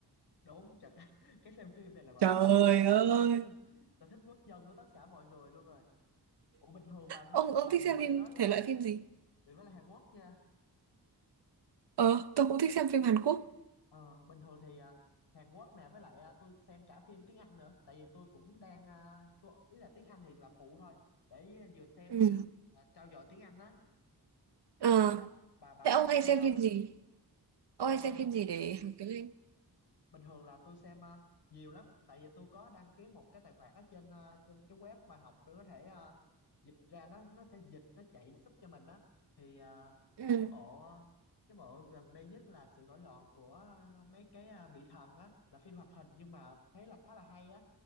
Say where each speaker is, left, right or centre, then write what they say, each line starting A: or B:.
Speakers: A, on the left; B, on the right.
A: đúng chả cái, <laughs> cái xem phim này là gọi
B: Trời
A: là sở thích quốc
B: ơi.
A: dân á. <laughs> sở thích quốc dân của tất cả mọi người luôn rồi ủa bình thường bà hay
B: Ông ông
A: bà
B: thích
A: đừng
B: xem phim
A: đừng nói là
B: thể loại phim gì?
A: đừng nói là Hàn Quốc nha
B: Ờ, tôi cũng thích xem phim Hàn Quốc.
A: ờ bình thường thì à, Hàn Quốc nè với lại à, tôi xem cả phim tiếng Anh nữa tại vì tôi cũng đang à, cô- ý là tiếng Anh thì là phụ thôi để à, vừa xem
B: Ừ.
A: vừa à, trau dồi tiếng Anh á
B: Ờ,
A: bà, bà bà
B: thế
A: có
B: ông
A: hay
B: hay
A: xem
B: xem
A: không
B: phim gì?
A: Ờ
B: Ông hay xem phim gì để học tiếng Anh?
A: bình thường là tôi xem ờ, nhiều lắm tại vì tôi có đăng ký một cái tài khoản ở trên ờ, trên cái web mà học để có thể ờ, dịch ra nó nó sẽ dịch nó chạy giúp cho mình á thì ờ,
B: Ừ.
A: cái bộ ờ, cái bộ gần đây nhất là sự nổi loạn của ờ, mấy cái ờ, vị thần á là phim hoạt hình nhưng mà thấy là khá là hay á